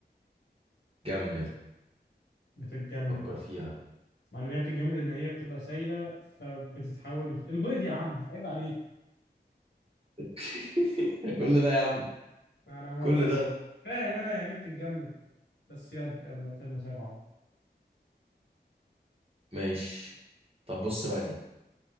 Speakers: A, on the right; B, on the left.
A: بتتجمد
B: بتتجمد
A: فكر فيها
B: معنى ان هي بتتجمد ان هي بتبقى سايله فبتتحول البيض يا عم عيب عليك
A: <laughs> كل ده يا عم
B: انا ما
A: كل
B: ما-
A: ده
B: فاهم انا يعني ايه بتتجمد بس يلا يلا يلا زي بعض
A: ماشي طب بص بقى دي